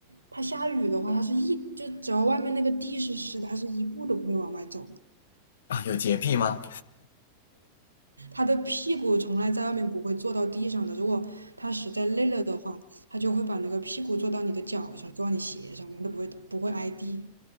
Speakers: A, on the right (about 80°); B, on the left (about 65°).
A: 它下雨的话，它是一就只要外面那个地是湿的，它是一步都不会往外走。
B: 啊有洁癖吗？
A: 它的屁股从来在外面不会坐到地上的。如果它实在累了的话，它就会把那个屁股坐到你的脚上，坐到你鞋上，它都不会不会挨地。